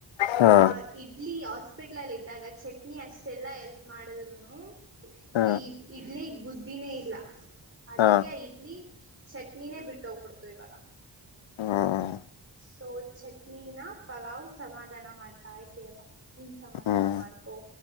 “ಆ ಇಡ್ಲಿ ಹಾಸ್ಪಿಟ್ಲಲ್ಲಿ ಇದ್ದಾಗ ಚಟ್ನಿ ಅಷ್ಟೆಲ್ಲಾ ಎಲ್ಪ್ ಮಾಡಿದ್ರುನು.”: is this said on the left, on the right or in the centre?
Right